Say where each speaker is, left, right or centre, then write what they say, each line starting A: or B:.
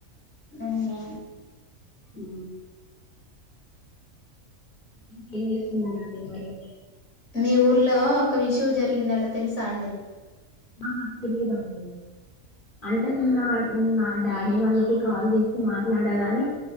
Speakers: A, on the left (about 60°); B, on the left (about 40°).
A: అవునా
B: అ ఇంకేం చేస్తున్నారా అండి మరి
A: మీ ఊర్లో ఒక విషయం జరిగిందంటా తెలుసా అండి
B: ఆా తెలీదండి అంటే నిన్న డాడీ వాళ్ళ కాల్ చేసి మాట్లాడగాని